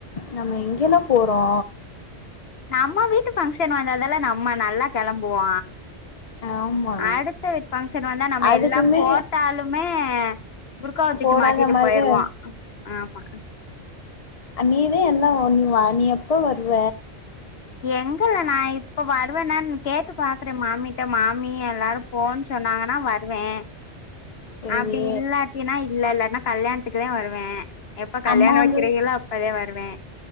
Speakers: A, on the left; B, on the left.
A: நம்ம எங்கேல போறோ
B: நம்ம வீட்டு ஃபங்க்ஷன் வந்தாதால்ல நம்ம நல்லா கெளம்புவோ
A: ஆமா
B: அடுத்த வீட்டு ஃபங்க்ஷன் வந்தா நம்ம
A: அதுக்குமே
B: எல்லா போட்டாலுமே புர்காவ தூக்கி
A: போடாத
B: மாட்டிட்டு
A: மாரிதா
B: போயிருவோ ஆமா
A: நீதே எல்லா வந் வ நீ எப்ப வருவ
B: எங்கல்ல நா இப்ப வருவேனான்னு கேட்டு பாக்குறே மாமிட்ட மாமி எல்லாரு போன்னு சொன்னாங்கன்னா வருவே
A: சேரி
B: அப்டி இல்லாட்டினா இல்ல இல்லாட்னா கல்யாணத்துக்குதா வருவே எப்ப கல்யாணோ
A: அம்மா வந்து
B: வக்கிறீகளோ அப்பதா வருவே